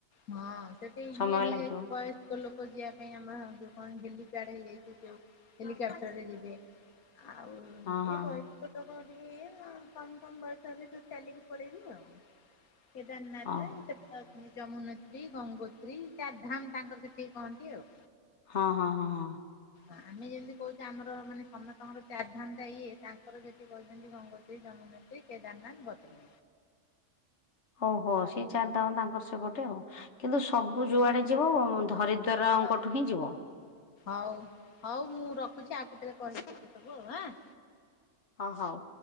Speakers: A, on the left (about 80°); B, on the left (about 55°).
A: ହଁ ସେଠି ଇଏ
B: ସମୟ
A: ହେଇଯାଇଛି
B: ଲାଗିବ
A: ବୟସ୍କ ଲୋକ ଯିବା ପାଇଁ ଆମର ଯୋଉ କଣ କେମିତି। ଡ ହେଇଯାଇଛି ଯଉ ହେଲିକପ୍ଟର ରେ ଯିବେ। ଆଉ
B: ହଁ ହଁ।
A: ଏ ବୟସ୍କ ଲୋକ ଇଏ କମ କମ ବର୍ଷା ହେଲେ ସୁ ଚାଲିକି ପଳେଇବି ଆଉ। କେଦାରନାଥେ
B: ହଁ
A: ସେ ଯମୁନୋତ୍ରୀ ଗଙ୍ଗୋତ୍ରୀ ଚାରଧାମ ତାଙ୍କର ସେଠିକି କହନ୍ତି ଆଉ।
B: ହଁ ହଁ ହଁ ହଁ।
A: ଆମେ ଯେମିତି କହୁଛେ ଆମର ମାନେ ସମସ୍ତଙ୍କର ଚାରିଧାମ ଇଏ ତାଙ୍କର ଯଠି କହିଛନ୍ତି ଗଙ୍ଗୋତ୍ରୀ ଜନ୍ ନେତ୍ରୀ କେଦାରନାଥ ବଡ୍ରି
B: ଓହୋ ସେଇ ଚାରି ଦାମ ତାଙ୍କର ସେପଟେ ଆଉ। କିନ୍ତୁ ସବୁ
A: ଏଇଟା
B: ଯୁଆଡେ ଯିବ ଧରିଦରାଙ୍କଠୁ
A: ତ
B: ହିଁ ଯିବ।
A: ହଉ ହଉ ମୁଁ ରଖୁଛି ଆଉ କେତେବେଳେ କରିବି ଏଁ।
B: ହଁ ହଉ।